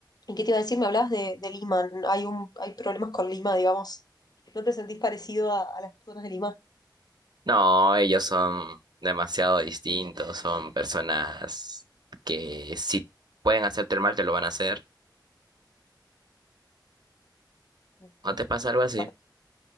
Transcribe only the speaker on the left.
¿y qué te iba a decir? Me hablabas de, de Lima, hay un, hay problemas con Lima, digamos. ¿No te sentís parecido a, a las personas de Lima?
Ujú.
Bueno,